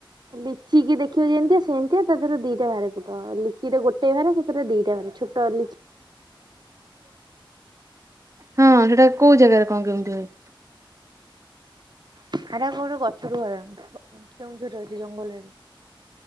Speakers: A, on the right; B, on the right.
A: ଲିଚି କି ଦେଖିବ ଯେମତିଆ ସେମିତିଆ ତାରେ ଦିଟା ବାାରେ ଫୁଟ ଲିଚିଟା ଗୋଟେ ବାହାରେ ସେଥିରେ ଦିଟା ବାାରେ ଛୋଟି।
B: ହଁ ସେଟା କୋଉ ଜାଗାରେ କଣ କେମିତି ହୁଏ।
A: ଆ ଆର କୋଉ ଗୋଟେ ଗଛ ରୁ ହୁଏ କେଉଁଝର ରହିଛି ଜଙ୍ଗଲରେ।